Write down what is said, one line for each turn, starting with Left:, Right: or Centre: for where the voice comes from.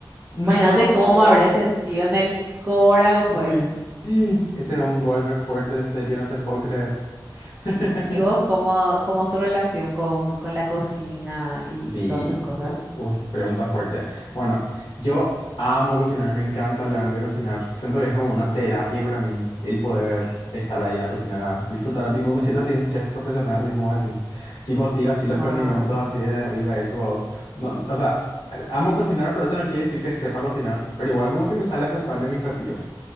Left: No.
Right: Imagínate cómo me habré sentido en el corazón,
Left: Uy.
Right: pues.
Left: Ese es un golpe fuerte, en serio, no te puedo creer. <laughs>
Right: ¿Y vos cómo, cómo es tu relación con, con la cocina y
Left: Di.
Right: todas esas cosas?
Left: Uy, pregunta fuerte. Bueno, yo amo cocinar, me encanta realmente cocinar. Siento que es como una terapia para mí el poder estar ahí en la cocina, disfrutar. Tipo, me siento así un chef profesional, así como decís. Tipo, tiro así los
Right: Wow.
Left: condimentos así desde arriba, eso. oh. No, o sea, amo cocinar, pero eso no quiere decir que sepa cocinar. Pero igual como que me sale aceptable en mis platillos.